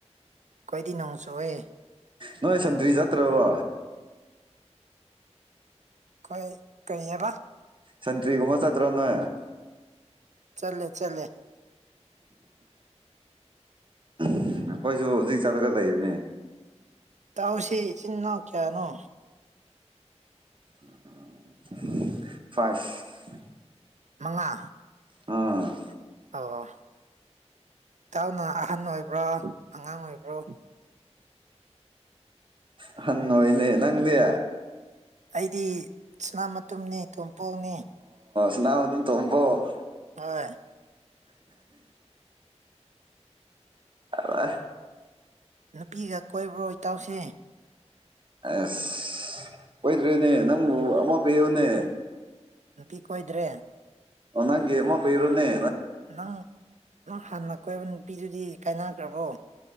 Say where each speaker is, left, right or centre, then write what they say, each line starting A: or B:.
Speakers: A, on the right (about 85°); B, on the right (about 45°).
A: ꯑꯩꯈꯣꯢꯗꯤ ꯅꯣꯡ ꯆꯨꯢꯌꯦ
B: ꯅꯣꯏ ꯁꯟꯇ꯭ꯔꯤ ꯆꯠꯇ꯭ꯔꯕꯣ
A: ꯑꯩꯈꯣꯏ ꯀꯔꯤꯑꯕ
B: ꯁꯟꯇ꯭ꯔꯤꯒꯨꯝꯕ ꯆꯠꯇ꯭ꯔꯣ ꯅꯣꯏ
A: ꯆꯠꯂꯦ ꯆꯠꯂꯦ
B: ꯎꯝ ꯑꯩꯈꯣꯏꯁꯨ ꯍꯧꯖꯤꯛ ꯆꯠꯂꯒ ꯂꯩꯔꯤꯅꯦ
A: ꯏꯇꯥꯎꯁꯤ ꯢꯆꯤꯟ ꯢꯅꯥꯎ ꯀꯌꯥꯅꯣ
B: ꯐꯁ
A: ꯃꯉꯥ
B: ꯎꯝ
A: ꯑꯣ ꯏꯇꯥꯎꯅ ꯑꯍꯟ ꯑꯣꯏꯕ꯭ꯔꯥ ꯑꯉꯥꯡ ꯑꯣꯏꯕ꯭ꯔꯣ
B: ꯑꯍꯟ ꯑꯣꯢꯌꯦꯅꯦ ꯅꯡꯗꯤ
A: ꯑꯩꯗꯤ ꯁꯅꯥ ꯃꯇꯨꯝꯅꯤ ꯇꯣꯝꯄꯣꯛꯅꯤ
B: ꯑꯗꯨ ꯇꯝꯕꯣ
A: ꯍꯣꯏ
B: ꯑ
A: ꯅꯨꯄꯤꯒ ꯀꯣꯏꯕ꯭ꯔꯣ ꯏꯇꯥꯎꯁꯦ
B: ꯑꯁ ꯀꯣꯢꯗꯔꯤꯅꯦ ꯅꯡꯕꯨ ꯑꯃꯥ ꯄꯤꯌꯨꯅꯦ
A: ꯅꯨꯄꯤ ꯀꯣꯏꯗ꯭ꯔꯦ
B: ꯑꯣ ꯅꯪꯒꯤ ꯑꯃꯥ ꯄꯤꯕꯥꯅꯤ
A: ꯅꯪ ꯅꯪ ꯍꯥꯟꯅ ꯀꯣꯏꯕ ꯅꯨꯄꯤꯗꯨꯗꯤ ꯀꯥꯏꯅꯈ꯭ꯔꯕꯣ